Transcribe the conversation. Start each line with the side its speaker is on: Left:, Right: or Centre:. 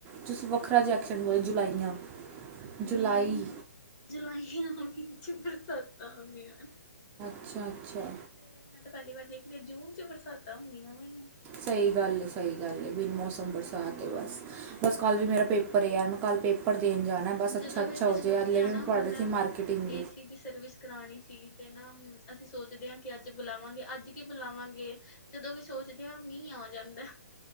Right: ਤੁਸੀਂ ਵੱਖਰਾ ਜਿਹਾ ਅਕਸ਼ਰ ਬੋਲੋ ਜੁਲਾਈਆਂ। ਜੁਲਾਈ
Left: ਜੁਲਾਈਆਂ ਜੁਲਾਈਆਂ ਚ ਬਰਸਾਤਾਂ ਹੁੰਦੀਆਂ ਨੇ।
Right: ਅੱਛਾ, ਅੱਛਾ।
Left: ਤੇ ਮੈਂ ਤਾਂ ਪਹਿਲੀ ਵਾਰ ਦੇਖਦੀ ਜੂਨ ਚ ਬਰਸਾਤਾਂ ਹੁੰਦੀਆਂ ਪਈਆਂ।
Right: ਸਹੀ ਗੱਲ, ਸਹੀ ਗੱਲ ਬਿਨ ਮੌਸਮ ਬਰਸਾਤ ਬਸ, ਬਸ ਕੱਲ ਵੀ ਮੇਰਾ ਪੇਪਰ ਹੈ, ਯਾਰ ਮੈਂ ਕੱਲ ਪੇਪਰ ਦੇਣ ਜਾਣਾ। ਬਸ ਅੱਛਾ
Left: ਜਦੋਂ
Right: ਅੱਛਾ
Left: ਵੀ ਅਸੀਂ
Right: ਹੋ
Left: ਸੋਚਦੇ
Right: ਜਾਏ ਹਲੇ
Left: ਹਾਂ
Right: ਵੀ
Left: ਨਾ,
Right: ਮੈਂ ਪੜ੍ਹ
Left: ਹੁਣ
Right: ਰਹੀ ਸੀ ਮਾਰਕੀਟਿੰਗ
Left: ਏ ਸੀ ਦੀ ਸਰਵਿਸ ਕਰਾਣੀ ਸੀਗੀ। ਤੇ ਨਾ ਅਸੀਂ ਸੋਚਦੇ ਹਾਂ ਕਿ ਅੱਜ ਬੁਲਾਵਾਂਗੇ, ਅੱਜ ਕੀ ਬੁਲਾਵਾਂਗੇ, ਜਦੋਂ ਵੀ ਸੋਚਦੇ ਹਾਂ ਮੀਂਹ ਆ ਜਾਂਦਾ।